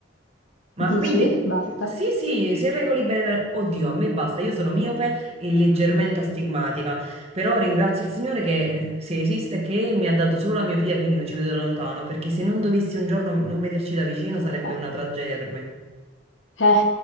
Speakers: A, on the right (about 35°); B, on the left (about 85°).
A: Ma
B: Dici?
A: quindi,
B: Basta.
A: que- sì, sì, se regoli bene, la- oddio, a me basta, io sono miope e leggermente astigmatica, però ringrazio il Signore che, eh, se esiste, che mi ha dato solo la miopia, quindi non ci vedo da lontano, perché se non dovessi un giorno non vederci da vicino sarebbe
B: <laughs>
A: una tragedia per me.
B: Eh,